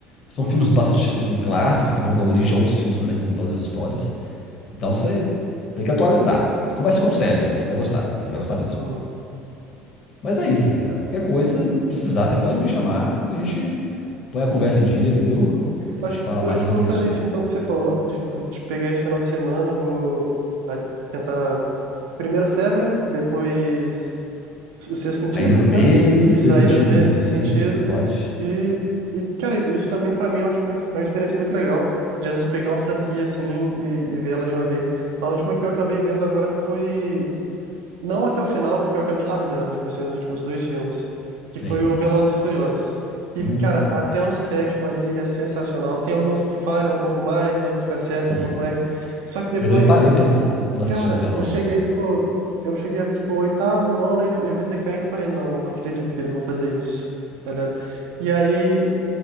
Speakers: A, on the left (about 50°); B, on the right (about 85°).
A: São
B: Uhum,
A: filmes bastante, assim, clássicos que vão dar origem a outros filmes também, que vão contar outras histórias. Então, você tem que atualizar. Comece com Seven. Você vai gostar. Você vai gostar mesmo.
B: uhum,
A: Mas é isso, assim, cara. Qualquer coisa, precisar, você pode me chamar. A gente põe a conversa em dia, entendeu?
B: uhum.
A: A
B: Eu
A: gente
B: acho que,
A: fala mais
B: eu acho
A: dessas
B: que eu
A: listinhas.
B: vou fazer isso então que você falou, de, tipo, de pegar esse final de semana, vou a- tentar primeiro Seven, depois o Sexto Sentido,
A: A Ilha do Medo,
B: né? Isso,
A: Sexto
B: A
A: Sentido,
B: Ilha do Medo,
A: a Ilha do
B: Sexto
A: Medo.
B: Sentido.
A: Pode?
B: E, e, cara, isso também pra mim eu acho muito, é uma experiência muito legal. De às vezes pegar uma franquia assim e, e ver ela de uma vez. A última que eu acabei vendo agora foi. Não até o final, que eu acabei largando, tipo assim, os últimos dois filmes. Que
A: Sim.
B: foi o Velozes e Furiosos. E,
A: Hum,
B: cara, até o sétimo ali ele é sensacional. Tem alguns que falham um pouco mais, outros que acertam
A: sim.
B: um pouco mais. Só que depois,
A: Eu também parei tem um bom tempo quando assisti
B: cara,
A: Os Velozes,
B: eu cheguei,
A: assim.
B: tipo. Eu cheguei a ver, tipo, o oitavo, o nono, ele, eu vi decaindo, eu falei, não, não acredito que eles vão fazer isso. tá ligado? E aí